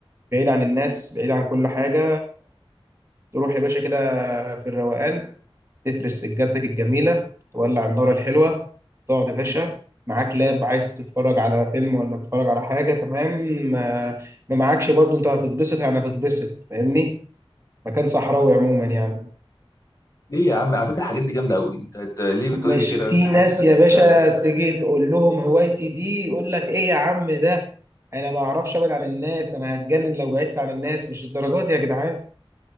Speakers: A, on the right; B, on the left.
A: بعيد عن الناس بعيد عن كل حاجه تروح يا باشا كده في الروقان تفرش سجادتك الجميله تولع النار الحلوه تقعد يا باشا معاك لاب عايز تتفرج على فيلم ولا تتفرج على حاجه تمام آه، ما معاكش برضو انت هتتبسط يعني هتتبسط فاهمني مكان صحراوي عموما يعني
B: ليه يا عم على فكره الحاجات دي جامده قوي انت أنت ليه بتقول
A: مش
B: لي كده
A: في
B: انت حاسس
A: ناس
B: إن
A: يا باشا
B: على ايه
A: تيجي تقول لهم هوايتي دي يقول لك ايه يا عم ده انا ما اعرفش ابعد عن الناس انا هتجنن لو بعدت عن الناس مش الدرجات دي يا جدعان